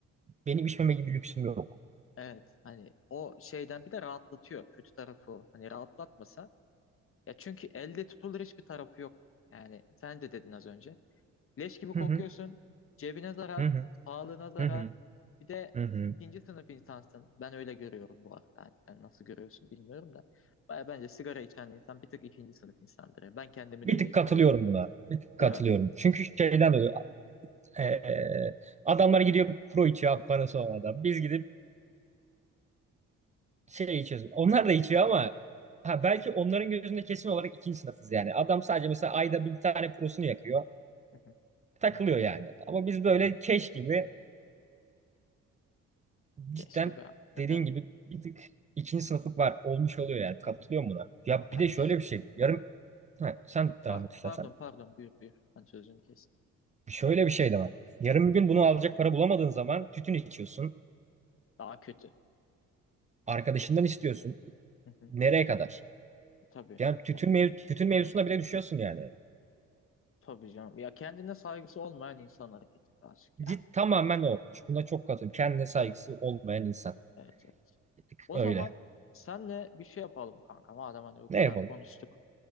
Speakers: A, on the right; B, on the left.
A: benim içmeme gibi lüksüm yok.
B: Evet hani o şeyden bir de rahatlatıyor kötü tarafı. o. Hani rahatlatmasa ya çünkü elde tutulur hiçbir tarafı yok. Yani sen de dedin az önce. Leş gibi
A: Hı-hı.
B: kokuyorsun. Cebine zarar,
A: Hı-hı.
B: sağlığına zarar.
A: Hı-hı.
B: Bir de
A: Hı-hı.
B: ikinci sınıf insansın. Ben öyle görüyorum bu arada. Yani sen nasıl görüyorsun bilmiyorum da. Baya bence sigara içen insan bir tık ikinci sınıf insandır. ya. Ben kendimi
A: Bir
B: de öyle
A: tık
B: görüyorum.
A: katılıyorum buna. Bir tık katılıyorum.
B: Değil mi?
A: Çünkü şeyden dolayı eee, adamlar gidiyor pro içiyor parası olmadan. Biz gidip şey içiyoruz. Onlar da içiyor ama ha, belki onların gözünde kesin olarak ikinci sınıfız yani. Adam sadece mesela ayda bir tane prosunu yakıyor.
B: Hı hı.
A: Takılıyor yani. Ama biz böyle keş gibi
B: Keşke
A: cidden
B: be hakikaten.
A: dediğin gibi bir tık ikinci sınıflık var. Olmuş oluyor yani. Katılıyorum buna. Ya
B: Ya
A: bir de
B: bir
A: şöyle
B: de
A: bir şey. Yarın ha, sen devam
B: pa-
A: et istersen.
B: pardon pardon buyur buyur. Ben sözünü kes.
A: Şöyle bir şey de var. Yarın bir gün bunu alacak para bulamadığın zaman tütün içiyorsun.
B: Daha kötü.
A: Arkadaşından istiyorsun.
B: Hı hı.
A: Nereye kadar?
B: Tabii.
A: Yani tütün,
B: Ma-
A: mev tütün mevzusuna bile düşüyorsun yani.
B: Tabii canım. Ya kendine saygısı olmayan insan hareketi aşık
A: Git
B: ya.
A: tamamen o. Buna çok katılıyorum. Kendine saygısı olmayan insan.
B: Evet, evet.
A: Bir tık
B: O
A: Öyle.
B: zaman senle bir şey yapalım kanka. Madem hani bu
A: Ne
B: kadar
A: yapalım?
B: konuştuk.